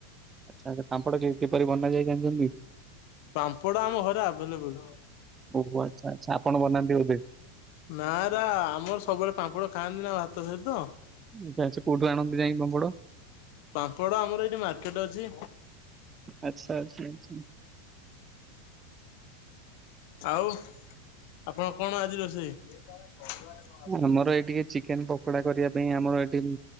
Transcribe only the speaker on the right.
ଆଚ୍ଛା ଆଚ୍ଛା ପାମ୍ପଡ କି କିପରି ବନାଯାଏ ଜାଣିଚନ୍ତି?
ଓହ ଆଚ୍ଛା ଆଚ୍ଛା ଆପଣ ବନାନ୍ତି ବୋଧେ।
ଉଁ ଆଚ୍ଛା ଆଚ୍ଛା କୋଉଠୁ ଆଣନ୍ତି ଯାଇଁ ପାମ୍ପଡ?
ଆଚ୍ଛା ଆଚ୍ଛା ଆଚ୍ଛା
ଆମର ଏଇ ଟିକେ ଚିକେନ ପକୋଡା କରିବା ପାଇଁ ଆମର ଏଠେଇଁ